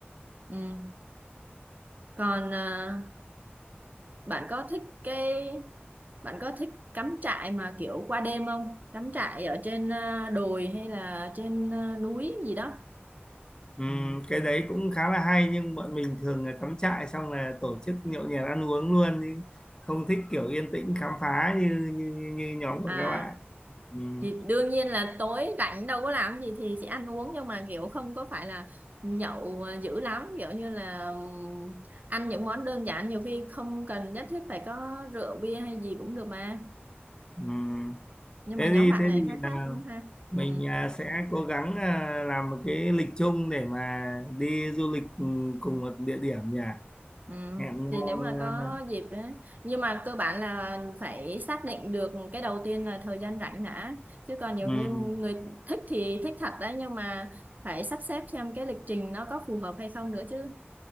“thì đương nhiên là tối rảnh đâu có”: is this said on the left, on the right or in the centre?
Right